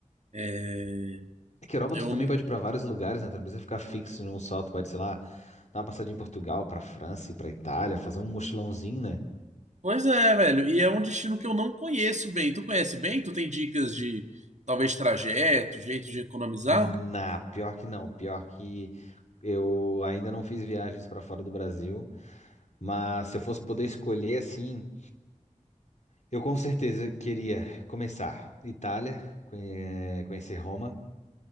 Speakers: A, on the right; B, on the left.
A: é,
B: É que Europa
A: eu
B: tu também
A: não.
B: pode ir pra vários lugares, né? Tu não precisa ficar fixo num só. Tu pode, sei lá, dar uma passadinha em Portugal, pra França e pra Itália, fazer um mochilãozinho, né?
A: Pois é, velho. E é um destino que eu não conheço bem. Tu conhece bem? Tu tem dicas de talvez trajeto, jeito de economizar?
B: Na, pior que não. Pior que eu ainda não fiz viagens pra fora do Brasil. Mas se eu fosse poder escolher assim, eu com certeza queria começar Itália, conhe- conhecer Roma,